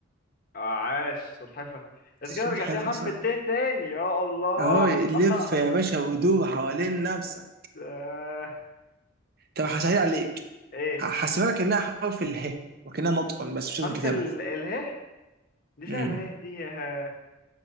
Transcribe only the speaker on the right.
سلحفة
صح
اهو لف
يا باشا ودور حوالين نفسك
طب هسهل عليك
هحسبها لك انها حرف اله وكانها نطق بس مش لازم
كتابة
امم